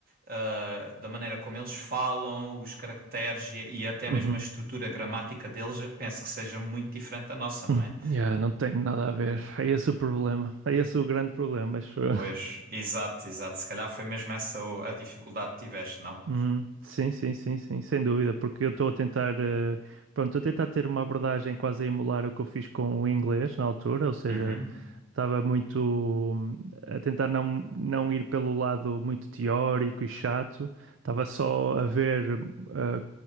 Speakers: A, on the right; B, on the right.
A: eh, da maneira como eles falam, os caracteres e, e até
B: Uhum.
A: mesmo a estrutura gramática deles, eu penso que seja muito diferente da nossa, não
B: Uhum.
A: é?
B: Yeah, não tem nada a ver. É esse o problema. É esse o grande problema, acho eu.
A: Pois, exato, exato. Se calhar foi mesmo essa o- a dificuldade que tiveste, não?
B: Uhum. Sim, sim, sim, sim, sem dúvida, porque eu estou a tentar, eh, pronto, estou a tentar ter uma abordagem quase a emular o que eu fiz com o inglês na altura, ou seja,
A: Uhum,
B: estava muito hum, a tentar não, não ir pelo lado muito teórico e chato, estava só a ver eh,